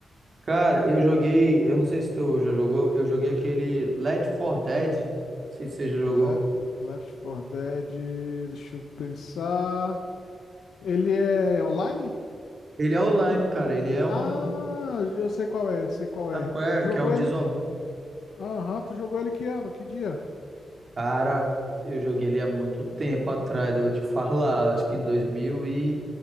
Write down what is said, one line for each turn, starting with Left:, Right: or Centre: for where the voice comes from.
Right: Cara, eu joguei, eu não sei se tu já jogou, eu joguei aquele Left 4 Dead, não sei se você já jogou.
Left: Left, Left 4 Dead, deixa eu pensar. Ele é online?
Right: Ele é online, cara, ele é um,
Left: Ah, eu sei qual é, sei qual
Right: sabe
Left: é.
Right: qual é?
Left: Tu jogou
Right: Que é um de
Left: ele?
Right: zumbi.
Left: Aham, tu jogou ele que ano? Que dia?
Right: Cara, eu joguei ele há muito tempo atrás, eu vou te <laughs> falar, acho que em 2000 e,